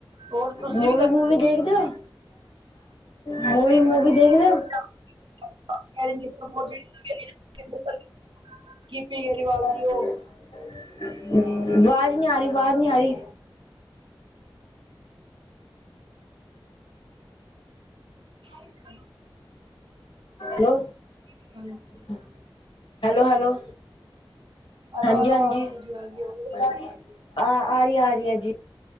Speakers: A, on the right; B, on the left.
A: ਹੋਰ ਤੁਸੀਂ
B: ਮੁਵੀ
A: ਵੀ
B: ਮੁਵੀ ਦੇਖਦੇਔ, ਮੁਵੀ ਮੁਵੀ ਦੇਖਦੇਔ।
A: <unintelligible> ਗਿੱਪੀ
B: <unintelligible>
A: ਗਰੇਵਾਲ ਦੀ ਉਹ
B: ਵਾਜ਼ ਨੀ ਆਰੀ, ਵਾਜ਼ ਨੀ ਆਰੀ।
A: <inaudible>
B: ਹਲੋ।
A: <inaudible>
B: <unintelligible> Hello, hello.
A: ਹੈਲੋ
B: ਹਾਂਜੀ,
A: ਹੈਲੋ
B: ਹਾਂਜੀ
A: ਆ ਗਈ
B: ਆ
A: ਜੀ ਗਈ
B: ਆਰੀ ਆ, ਆਰੀ ਆ ਜੀ।